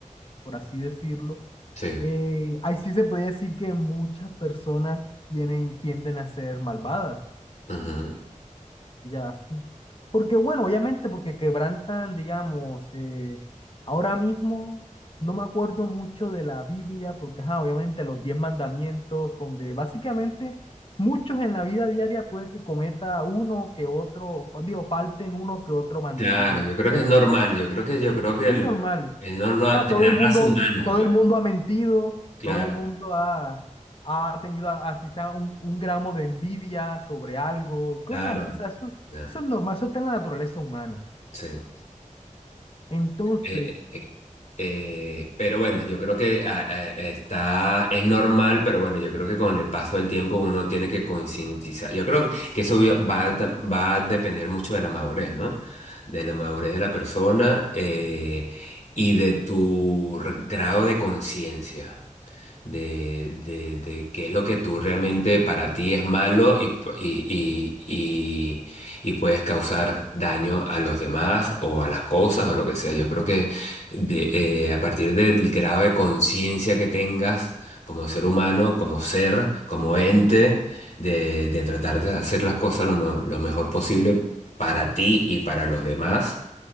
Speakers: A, on the left; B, on the left.
A: por así decirlo,
B: sí.
A: eh, ahí sí se puede decir que muchas personas tienen, tienden a ser malvadas.
B: Ujú.
A: Ya, sí. Porque bueno, obviamente porque quebrantan, digamos, eh, ahora mismo no me acuerdo mucho de la Biblia, porque ajá, obviamente los diez mandamientos, donde básicamente muchos en la vida diaria puede que cometa uno que otro, digo, falten uno que otro mandamiento.
B: Claro, yo creo que es normal, yo creo que, yo creo que
A: Es
B: el-
A: normal. O
B: es normal
A: sea,
B: de
A: todo
B: la
A: el mundo,
B: raza humana,
A: todo
B: cl-
A: el mundo ha mentido,
B: claro,
A: todo el mundo ha, ha tenido, a- así sea, un, un gramo de envidia sobre algo,
B: claro,
A: cosas así, o sea, eso,
B: ya,
A: eso es normal, eso está en la naturaleza humana.
B: sí.
A: Entonces,
B: Eh, eh, eh, pero bueno, yo creo que ah, ah, está, es normal, pero bueno, yo creo que con el paso del tiempo uno tiene que concientizar. Yo creo que eso va a, ta- va a depender mucho de la madurez, ¿no? De la madurez de la persona eh, y de tu re- grado de conciencia. de, de, de qué es lo que tú realmente para ti es malo y, p- y, y, y, y puedes causar daño a los demás o a las cosas o lo que sea. Yo creo que de, eh, a partir del grado de conciencia que tengas como ser humano, como ser, como ente, de, de tratar de hacer las cosas lo, me- lo mejor posible para ti y para los demás,